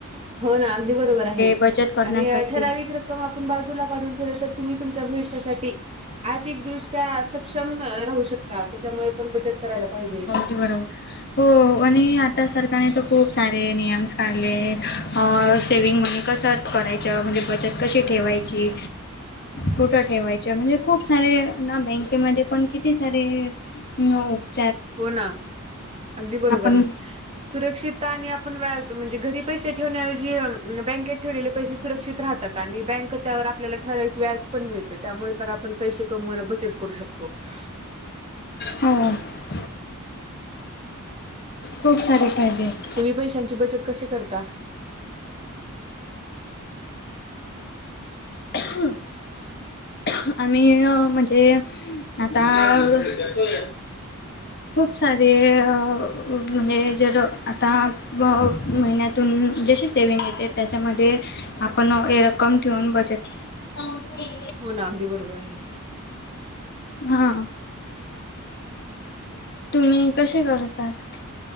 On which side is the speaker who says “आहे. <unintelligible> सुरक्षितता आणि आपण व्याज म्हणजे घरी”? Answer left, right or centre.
Right